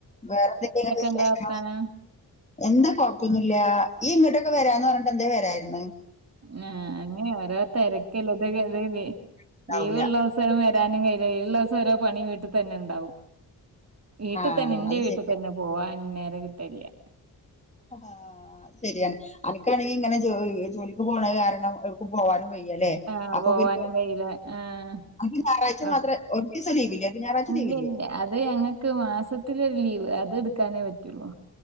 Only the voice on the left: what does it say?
വേറെന്തൊക്കെയാ വിശേഷങ്ങള്
എന്താ കൊഴപ്പവൊന്നുവില്ലാ ഈ ഇങ്ങോട്ടൊക്കെ വരാന്ന് പറഞ്ഞിട്ട് എന്തേ വരാതിരുന്നേ
വരാനുണ്ടാവൂല
ആഹ്
അത്
ശരിയാ
ആഹ് ശരിയാണ് അനക്കാണെങ്കിൽ ഇങ്ങനെ ജോ ജോലിക്ക് പോണ കാരണം എവിടേക്കും പോവാനും വയ്യല്ലേ
അപ്പൊ
പിന്നെ
അനക്ക് ഞായറാഴ്ച
മാത്രേ ഒരു ദിവസം ലീവില്ലേ അനക്ക് ഞായറാഴ്ച
ലീവില്ലേ